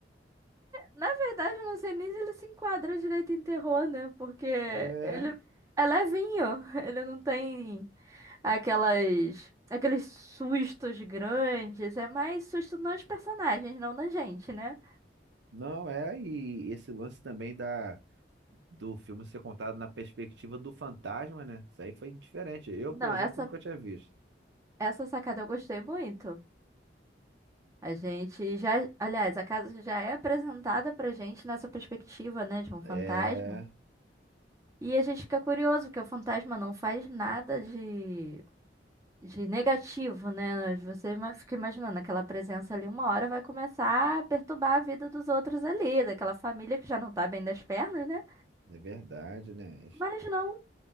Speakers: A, on the right (about 15°); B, on the right (about 80°).
A: Na verdade, eu não sei nem se ele se enquadra direito em terror, né? Porque
B: É,
A: ele é levinho, <laughs> ele não tem aquelas, aqueles sustos grandes, é mais susto nos personagens, não na gente, né?
B: não é, e esse lance também da do filme ser contado na perspectiva do fantasma, né? Isso aí foi diferente. Eu,
A: Não,
B: por exemplo,
A: essa,
B: nunca tinha visto.
A: essa sacada eu gostei muito. A gente já, aliás, a casa já é apresentada pra gente nessa perspectiva, né, de um fantasma.
B: É,
A: E a gente fica curioso, porque o fantasma não faz nada de, de negativo, né? Você ima- fica imaginando aquela presença ali, uma hora vai começar a perturbar a vida dos outros ali, daquela família que já não tá bem das pernas, né?
B: é verdade, né?
A: Mas não.